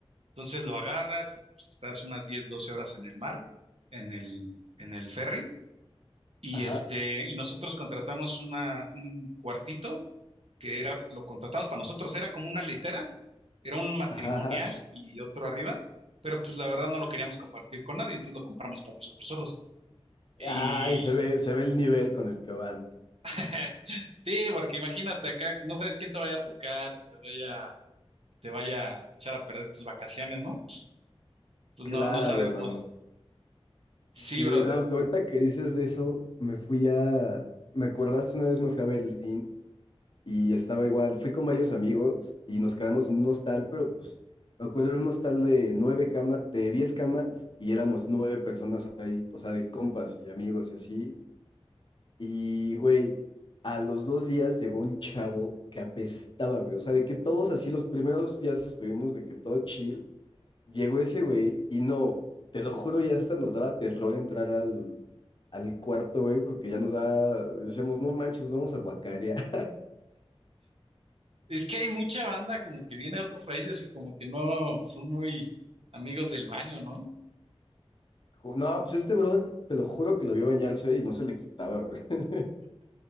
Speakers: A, on the right; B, on the left.
A: Entonces lo agarras y pues, estás unas 10 12 horas en el mar, en el, en el ferry Y
B: ajá,
A: este, y nosotros contratamos una, un cuartito que era, lo contratamos para nosotros, era como una litera, era un matrimonial
B: ajá, ajá.
A: y otro arriba, pero pues la verdad no lo queríamos compartir con nadie, entonces lo compramos para nosotros solos. Y
B: Ay, se ve, se ve el nivel con el que van.
A: <laughs> sí, porque imagínate acá, no sabes quién te vaya a tocar, que te vaya, que te vaya a echar a perder tus vacaciones, ¿no? Pues, pues
B: Claro,
A: no, no sabemos.
B: hermano.
A: Sí,
B: Sí,
A: brother.
B: no, ahorita que dices de eso, me fui a, me acordaste una vez me fui a Berlín Y estaba igual, fui con varios amigos y nos quedamos en un hostal, pero pues me acuerdo de un hostal de nueve camas, de diez camas y éramos nueve personas ahí, o sea, de compas y amigos y así. Y güey, a los dos días llegó un chavo que apestaba, güey, o sea, de que todos así los primeros días estuvimos de que todo chill, llegó ese güey y no, te lo juro, ya hasta nos daba terror entrar al, al cuarto, güey, porque ya nos daba, decíamos, no manches, nos vamos a guacarear.
A: Es que hay mucha banda como que viene de otros países y como que no son muy amigos del baño, ¿no?
B: Ju- No, pues este brother, te lo juro que lo vio bañarse y no se le quitaba, güey. <laughs>